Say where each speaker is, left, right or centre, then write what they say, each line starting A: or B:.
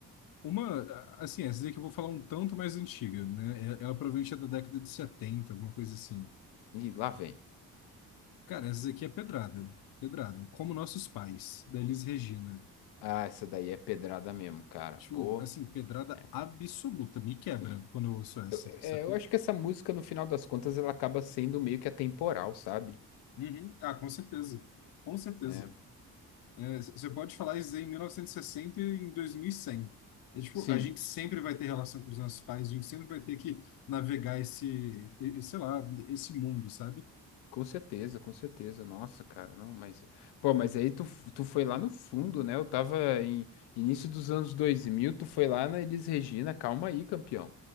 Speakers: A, on the left; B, on the left.
A: uma, assim, essa daqui eu vou falar um tanto mais antiga, né? Ela ela provavelmente é da década de 70, alguma coisa assim.
B: E lá vem.
A: Cara, essa daqui é pedrada, pedrada. Como Nossos Pais, da Elis Regina.
B: Ah, essa daí é pedrada mesmo, cara.
A: Tipo,
B: Pô,
A: assim, pedrada
B: é,
A: absoluta. Me quebra
B: sim.
A: quando eu ouço essa,
B: Eu,
A: sacou?
B: é, eu acho que essa música, no final das contas, ela acaba sendo meio que atemporal, sabe?
A: Uhum. Ah, com certeza. Com certeza.
B: É,
A: É, c- você pode falar isso em 1960 e sessenta e em 2100. É, tipo,
B: sim,
A: a gente sempre vai ter relação com os nossos pais, a gente sempre vai ter que navegar esse, e- e, sei lá, esse mundo, sabe?
B: Com certeza, com certeza. Nossa, cara, não, mas. Pô, mas aí tu, tu foi lá no fundo, né? Eu tava em início dos anos 2000, tu foi lá na Elis Regina, calma aí, campeão.